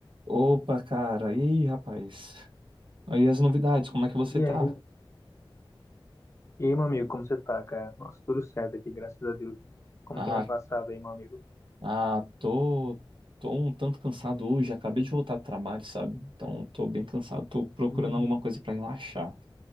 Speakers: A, on the right (about 65°); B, on the left (about 35°).
A: Opa, cara. E aí, rapaz? Aí as novidades, como é que você
B: E
A: tá?
B: aí, e aí, meu amigo, como você tá, cara? Nossa, tudo certo aqui, graças a Deus. Como
A: Ah,
B: tem ano passado aí, meu amigo?
A: ah, tô, tô um tanto cansado hoje. Acabei de voltar do trabalho, sabe? Então, tô bem cansado. Tô procurando
B: Hum,
A: alguma coisa pra relaxar.